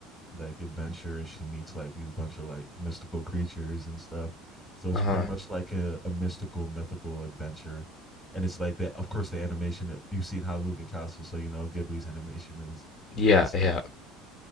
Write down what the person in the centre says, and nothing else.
like adventure and she meets like these bunch of like mystical creatures and stuff. So it's
pretty much like a, a mystical, mythical adventure. And it's like that, of course, the animation you've seen Howl's Moving Castle. So, you know, Ghibli's animation is
insane.